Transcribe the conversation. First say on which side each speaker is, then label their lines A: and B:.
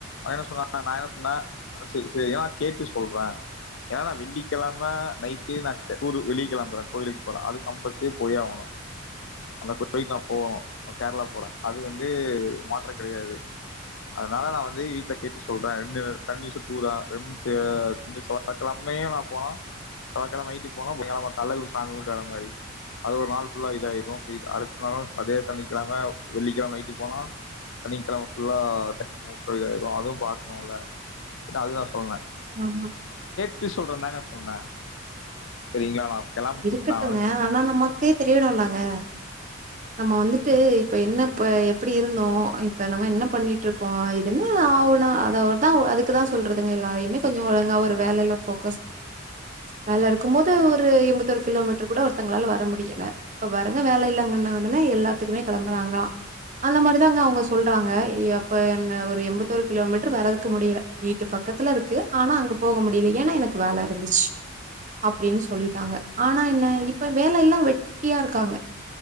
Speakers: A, on the left; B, on the right.
A: என்ன சொன்னா நான் என்ன சொன்ன கேட்டு சொல்றேன் வெள்ளிக்கிழமை நைட் நான் டூர் வெள கெழம்ப போறேன் கோயிலுக்கு போறேன் அது கம்பல்சரி போயே ஆகணும் அந்த கோயிலுக்கு நான் போகணும் கேரளா போறேன் அது வந்து மாற்றம் கிடையாது அதனால நான் வந்து வீட்ல கேட்டு சொல்றேன் ரெண்டு கண்டினிசா டூரா <unintelligible> திங்க செவ்வா கிழம நான் போனா செவ்வாய்க்கிழமா நைட்டு போனா புதன் கிழமை காலைல சாமி கும்பிட்டு வற மாரி அது ஒரு நாள் ஃபுல்லா இத ஆிடும் இ் அடுத்த நாளும் அதே சனிக்கிழமை வெள்ளிக்கிழமை நைட்டு போனா சனிக்கிழமை ஃபுல்லா தி இதாயிடும் அதுவும் பார்க்கணும்ல அப்படின்னு அது நான் சொன்னேன்
B: ஆஹ்
A: சுத்தி சொல்றன் நாங்க சொல்றேன் சரிங்களா கிளம்பிட்டு
B: இருக்கட்டுங்க
A: நான் வந்து
B: ஆனா நம்ம தெரியுலங்க நம்ம வந்துட்டு இப்ப என்ன எப்படி இருந்தோம் இப்ப நம்ம என்ன பண்ணிட்டு இருக்கோம் இது என்ன ஆகணா அத தான் அதுக்குதான் சொல்றதுங்க எல்லாரையுமே கொஞ்சம் ஒழுங்கா ஒரு வேலைல போ- <unintelligible> வேலை இருக்கும் போது ஒரு எண்பத்த- த்த கிலோமீட்டர் கூட ஒருத்தங்களால வர முடியல இப்ப பாருங்க வேலை இல்லங்கன்ன உடனே எல்லாத்துக்குமே கிளம்புறாங்களாம் அந்த மாதிரிதான்ங்க அவங்க சொல்றாங்க அப்ப என் ஒரு எண்பத்தரு கிலோமீட்டர் வர்றதுக்கு முடியல வீட்டு பக்கம் பக்கத்துல இருக்கு ஆனா அங்க போக முடியல ஏன்னா எனக்கு <unintelligible> இருந்துச்சு அப்படின்னு சொல்லிட்டாங்க ஆனா என்ன இப்ப வேலை எல்லாம் வெட்டியா இருக்காங்க